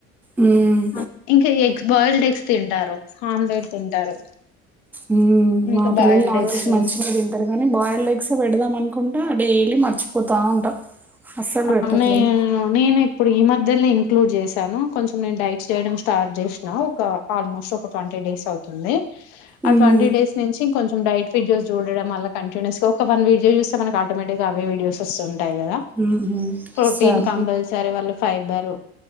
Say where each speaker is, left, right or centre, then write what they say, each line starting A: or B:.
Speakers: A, in the centre; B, on the left (about 60°).
A: హ్మ్.
B: ఆ ఇంకా ఎ బాయిల్డ్ ఎగ్స్ తింటారు ఆమ్లెట్ తింటారు
A: ఉమ్ మా
B: ఇంకా
A: పిల్లలు
B: బాయిల్డ్
A: నాన్
B: ఎగ్స్
A: వెజ్ మంచిగా తింటారుగాని బాయిల్డ్ లెగ్సే పెడదాం అన్ కాకుండా డైలీ మర్చిపోతా ఉంటా అస్సలు
B: ఆ
A: పెట్టట్లేను.
B: నేను నేనే ఇప్పుడు ఈ మధ్ మద్దల్ని ఇంక్లూడ్ చేశాను కొంచెం నేను డైట్స్ చేయడం స్టార్ట్ చేసినా ఒక ఆల్మోస్ట్ ఒక ట్వంటీ డేస్ అవుతుంది
A: హ్మ్.
B: ఆ ట్వంటీ డేస్ నుంచి కొంచెం డైట్ వీడియోస్ చూడడం వల్ల కంటిన్యూస్ గా ఒక వన్ వీడియో చూస్తే మనకి ఆటోమేటిక్గా అవే వీడియోస్ వస్తు ఉంటాయి కదా
A: హుహు.
B: ప్రోటీన్
A: సరే.
B: కంపల్సరీ వాళ్ళు ఫైబరు